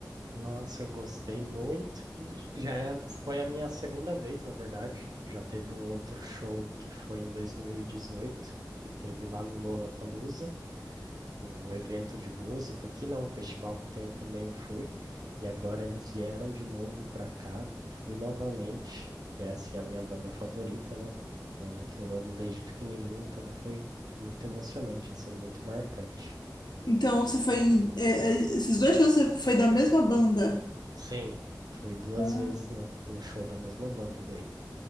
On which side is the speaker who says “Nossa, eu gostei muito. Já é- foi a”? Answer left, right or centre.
Right